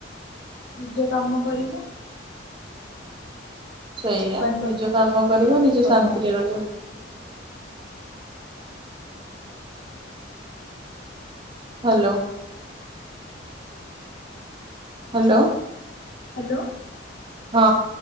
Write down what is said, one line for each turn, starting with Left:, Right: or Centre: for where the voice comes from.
Left: ନିଜ କାମ କରିବ।
Right: ସେଇଆ
Left: ଭଗବାନ ଦଉଛନ୍ତି
Right: ନିଜ କାମ
Left: କି ସିଏ
Right: କରିବ
Left: ତ
Right: ନିଜ
Left: କର୍ମ
Right: ଶାନ୍ତିରେ
Left: ଫଳ।
Right: ରହିବ।
Left: <inaudible>
Right: ହାଲୋ। Hello
Left: hello.
Right: ହଁ।